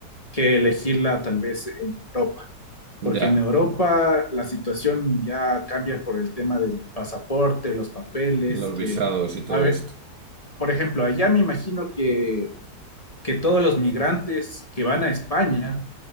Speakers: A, on the left; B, on the right.
A: que elegirla tal vez en Europa.
B: Ya,
A: porque en Europa la situación ya cambia por el tema del pasaporte, los papeles,
B: los
A: que,
B: visados y todo
A: a ver,
B: esto.
A: por ejemplo, allá me imagino que, que todos los migrantes que van a España